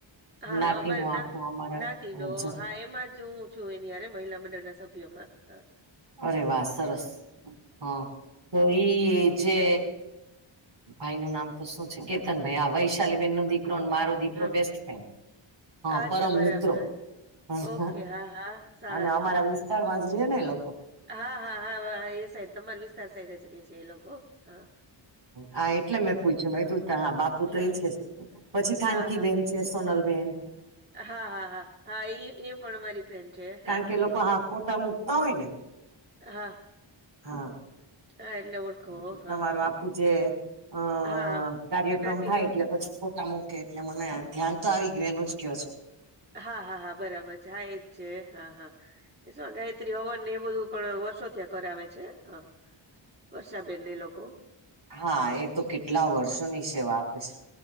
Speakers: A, on the right; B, on the right.
A: હા
B: નાતી
A: અમારે
B: નું આખું
A: ના
B: અમારા
A: નાતી નો
B: જ.
A: હા એમાં જ હું છું એની આયરે મહિલા મંડળ ના સ ભ્યમાં હા.
B: અરે વા સરસ હા તો ઈ જે ભાઈ નું નામ તો શું છે કેતન ભાઈ આ વૈશાલી બેેન નો દીકરોને મારો દીકરો
A: હા,
B: બેસ્ટ ફ્રેન્ડ હ
A: અચ્છા
B: પરમ
A: બરાબર.
B: મિત્રો હ
A: ઓકે,
B: હ
A: હા, હા, સારું,
B: અને અમારા
A: સારું.
B: વિસ્તારમાં જ રે ને એ લોકો.
A: હા હા હા હા એ સાઈડ તમાર વિસ્તાર સાઈડ જ રે છે એ લોકો હા
B: હા એટલે મેં પૂછ્યું મે કીધું હા બાપુ
A: હા,
B: તો એ જ છે પછી થાનકી
A: હા, હા,
B: બેેન છે સોનલબેન
A: હા હા હા હા એ એ પણ મારી ફ્રેન્ડ છે હા
B: કારણ કે
A: હા
B: લોકો ફોટા મૂકતા હોય ને
A: હા
B: હા
A: હા એટલે ઓળખો.
B: એટલે
A: હા,
B: તમારું
A: હા,
B: આખું જે અહ
A: હા,
B: કાર્યક્રમ
A: જ્ઞાતિનું
B: થાય એટલે પછી ફોટા મૂકે એટલે મને ધ્યાન તો આવી ગયું એનું જ ક્યો છો.
A: હા હા હા બરાબર છે હા એજ છે હા હા ગાયત્રી હવન ને એ બધું પણ વર્ષો ત્યાં કરાવે છે હા વર્ષાબેનને એ લોકો
B: હા એ તો કેટલા વર્ષોની સેવા આપે છે